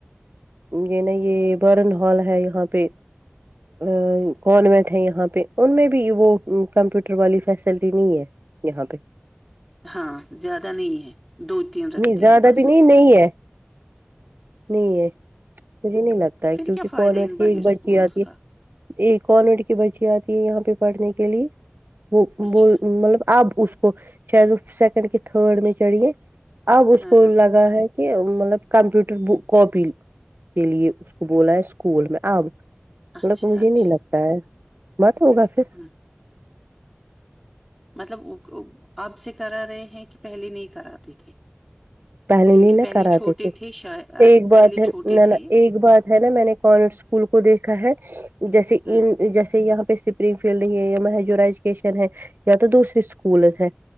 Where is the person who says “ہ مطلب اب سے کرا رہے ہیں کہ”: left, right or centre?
Centre